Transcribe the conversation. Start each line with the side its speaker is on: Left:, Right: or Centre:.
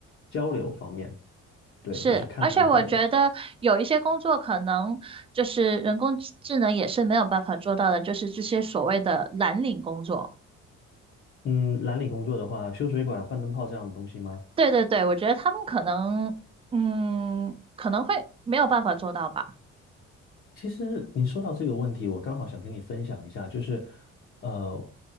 Left: 交流方面，对，
Right: 是。
Left: 就是看他的，
Right: 而且我觉得有一些工作可能就是人工智智能也是没有办法做到的，就是这些所谓的蓝领工作。
Left: 嗯，蓝领工作的话，修水管、换灯泡这样的东西吗？
Right: 对对对，我觉得他们可能，嗯，可能会没有办法做到吧。
Left: 其实你说到这个问题，我刚好想跟你分享一下，就是，呃，